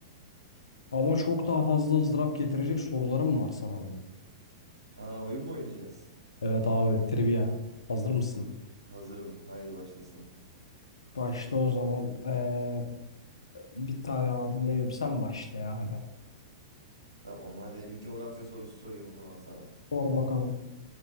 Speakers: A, on the left; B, on the right.
A: Ama çok daha fazla ızdırap getirecek sorularım var sana abi.
B: Aa oyun mu oynayacağız?
A: Evet abi trivia. Hazır mısın?
B: Hazırım. Haydi başlasın.
A: Başla o zaman. Ee, bir tane abi ne bileyim sen başla ya hadi.
B: Tamam hadi bir coğrafya sorusu sorayım o zaman sana.
A: Sor bakalım.